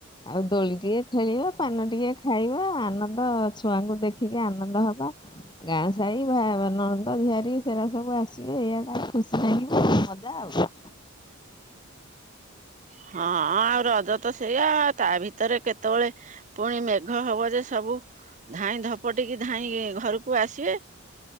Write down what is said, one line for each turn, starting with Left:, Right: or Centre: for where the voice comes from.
Left: ଆଉ ଦୋଳି ଟିକେ ଖେଳିବା ପାନ ଟିକେ ଖାଇବା ଆନ ଓ ଛୁଆଙ୍କୁ ଦେଖିକି ଆନନ୍ଦ ହବା। ଗାଁ ସାହି ଭା ନଣନ୍ଦ ଝିଆରୀ ସେରା ସବୁ ଆସିବେ ଏଇଆ ଟା ଖୁସି ନାଗିବ ଏଇ ମଜା ଆଉ।
Right: ହଁ ଆଉ ରଜ ତ ସେଇଆ ତା ଭିତରେ କେତେବେଳେ ପୁଣି ମେଘ ହବ ଯେ ସବୁ ଧାଇଁ ଧପଟିକି ଧାଇଁ ଘରକୁ ଆସିବେ।